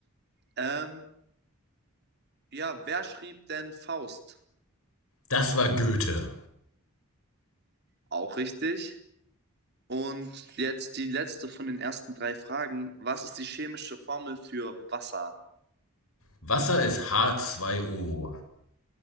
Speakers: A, on the right; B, on the left.
A: ähm, ja, wer schrieb denn Faust?
B: das war Goethe.
A: Auch richtig. Und jetzt die letzte von den ersten drei Fragen. Was ist die chemische Formel für Wasser?
B: Wasser ist h zwei o